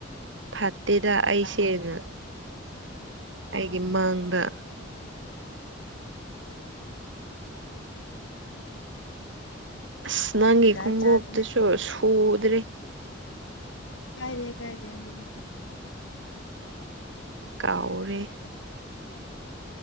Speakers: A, on the right (about 65°); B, on the left (about 75°).
A: ꯐꯥꯠꯇꯦꯗ ꯑꯩꯁꯦ ꯅ ꯑꯩꯒꯤ ꯃꯥꯡꯗ ꯑꯁ ꯅꯪꯒꯤ
B: ꯖꯥꯠ
A: ꯀꯨꯝꯒꯨꯞ
B: ꯖꯥꯠꯅꯦ
A: ꯇꯨꯁꯨ ꯁꯨ ꯎꯗ꯭ꯔꯦ
B: ꯑꯁ ꯀꯥꯏꯗꯦ ꯀꯥꯏꯗꯦ ꯑꯗꯨꯝ ꯊꯝꯃꯝꯃꫭ
A: ꯀꯥꯎꯔꯦ